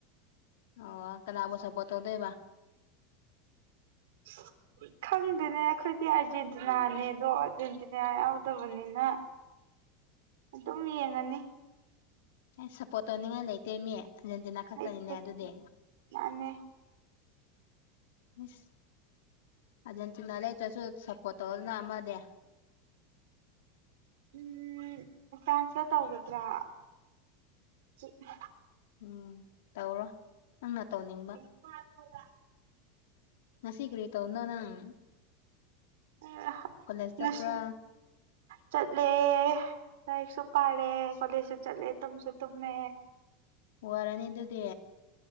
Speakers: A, on the left; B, on the right.
A: ꯑꯣ ꯀꯅꯥꯕꯨ ꯁꯞꯄꯣꯔꯠ ꯇꯧꯗꯣꯏꯕ
B: <unintelligible> ꯈꯪꯗꯦꯅꯦ ꯑꯈꯣꯏꯗꯤ ꯑꯥꯔꯖꯦꯟꯇꯤꯅꯥꯅꯦ ꯑꯗꯣ ꯑꯥꯔꯖꯦꯟꯇꯤꯅꯥ ꯌꯥꯎꯗꯕꯅꯤꯅ ꯑꯗꯨꯝ ꯌꯦꯡꯉꯅꯤ
A: ꯑꯩ ꯁꯞꯄꯣꯔꯠ ꯇꯧꯅꯤꯡꯉꯥꯏ ꯂꯩꯇꯦꯃꯤ ꯑꯥꯔꯖꯦꯟꯇꯤꯅꯥ ꯈꯛꯇꯅꯤꯅꯦ
B: ꯂꯩꯇꯦ
A: ꯑꯗꯨꯗꯤ
B: ꯃꯥꯅꯦ
A: ꯢꯁ ꯑꯥꯔꯖꯦꯟꯇꯤꯅ ꯂꯩꯇ꯭ꯔꯁꯨ ꯁꯞꯄꯣꯔꯠ ꯇꯧꯗꯅ ꯑꯃꯗꯤ
B: ꯎꯝ ꯐ꯭ꯔꯥꯟꯁꯇ ꯇꯧꯒꯗ꯭ꯔꯥ <unintelligible>
A: ꯎꯝ ꯇꯧꯔꯣ ꯅꯪꯅ ꯇꯧꯅꯤꯡ
B: ꯄꯀꯣꯔꯥ ꯊꯣꯡꯕ
A: ꯉꯁꯤ ꯀꯔꯤ ꯇꯧꯕꯅꯣ ꯅꯪ
B: <unintelligible>
A: ꯀꯣꯂꯦꯖ
B: ꯉꯁꯤ
A: ꯆꯠꯄ꯭ꯔꯥ
B: ꯆꯠꯂꯦ ꯂꯥꯏꯔꯤꯛꯁꯨ ꯄꯥꯔꯦ ꯀꯣꯂꯦꯖꯁꯨ ꯆꯠꯂꯦ ꯇꯨꯝꯁꯨ ꯇꯨꯝꯃꯦ
A: ꯋꯥꯔꯅꯤ ꯑꯗꯨꯗꯤ